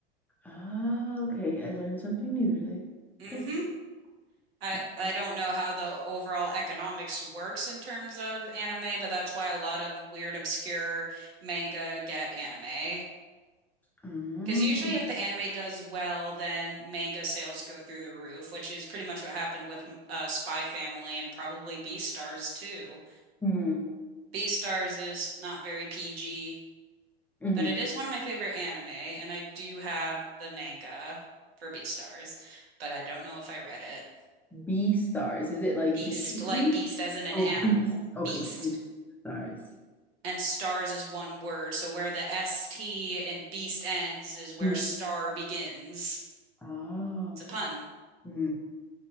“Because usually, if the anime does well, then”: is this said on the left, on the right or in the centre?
Right